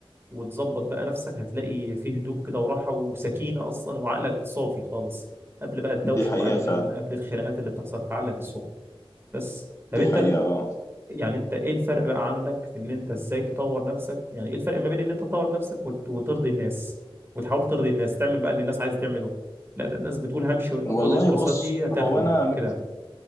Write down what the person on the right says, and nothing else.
وتظبط بقى نفسك هتلاقي فيه هدوء كده وراحة وسكينة اصلا وعقلك صافي خالص قبل بقى الدوشة
وقبل
ال- قبل الخناقات اللي بتحصل في عقلك الصبح بس طب
انت
يعني انت ايه الفرق بقى عندك في ان انت ازاي تطور نفسك يعني ايه الفرق ما بين ان انت تطور نفسك وت- وترضي الناس وتحاول ترضي الناس تعمل بقى اللي الناس عايزه تعمله لا ده الناس بتقول همشي
خد الكورسات
دي هتاخد
وكده